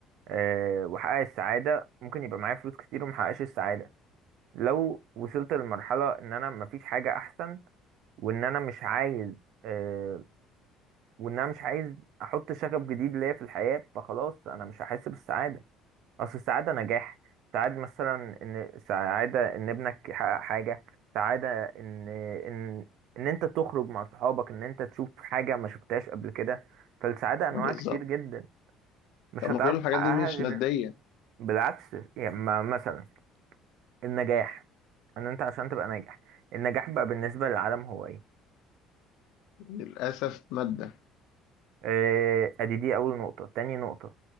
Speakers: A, on the right; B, on the left.
A: آه، واحقق السعاده ممكن يبقى معايا فلوس كتير ومحققش السعاده لو وصلت لمرحله ان انا مفيش حاجه احسن وان انا مش عايز آه، وان انا مش عايز احط شغف جديد ليا في الحياه فخلاص انا مش هحس بالسعاده اصل السعاده نجاح سعاد مثلا ان سعاده ان ابنك يحقق حاجه سعاده ان ان ان انت تخرج مع صحابك ان انت تشوف حاجه ما شفتهاش قبل كده فالسعاده انواع
B: بالظبط
A: كتير جدا مش
B: طب ما
A: هتعرف
B: كل الحاجات
A: تحققها
B: دي مش
A: غير
B: ماديه
A: بالعكس يعني ما- مثلا النجاح ان انت عشان تبقى ناجح النجاح بقى بالنسبه للعالم هو ايه
B: للأسف مادة
A: آه، ادي دي اول نقطه تاني نقطه